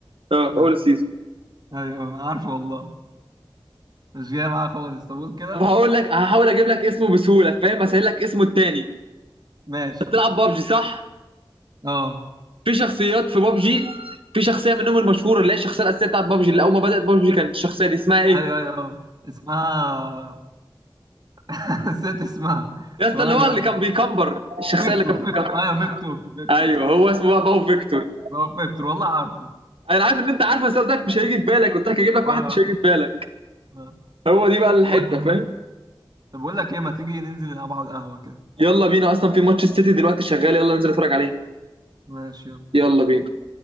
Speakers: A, on the right; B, on the right.
A: اه في
B: اه
A: اول السيزون
B: ايوه آه، عارفه والله مش جاية معاها خالص طب قول كده
A: طب هقول لك هحاول اجيب لك اسمه بسهوله فاهم اسهل لك اسمه التاني
B: ماشي
A: بتلعب بابجي صح
B: اه
A: في شخصيات في بابجي في شخصيه منهم المشهوره اللي هي الشخصيه الاساسيه بتاعت بابجي اللي اول ما بدات بابجي كانت الشخصيه دي اسمها ايه؟
B: ايوه ايوه اه اسمها <laughs> نسيت اسمها
A: يا اسطى
B: ثواني
A: اللي هو
B: يا
A: اللي
B: اسطى
A: كان بيكمبر الشخصيه
B: فيكتور
A: اللي كان
B: فيكتور
A: بيكمبر
B: ايوه فيكتور فيكتور
A: ايوه
B: صح
A: هو اسمه بقى باو فيكتور
B: هو فيكتور والله عارفه
A: انا عارف ان انت عارف بس قصدك مش هيجي في بالك قلت لك هجيب لك
B: اه
A: واحد مش هيجي في بالك
B: اه
A: هو دي بقى
B: آه.
A: الحته
B: طب بقول
A: فاهم؟
B: طب بقول لك ايه ما تيجي ننزل نلعب على القهوة كده
A: يلا بينا اصلا في ماتش السيتي دلوقتي شغال يلا ننزل نتفرج عليه
B: ماشي يلا
A: يلا بينا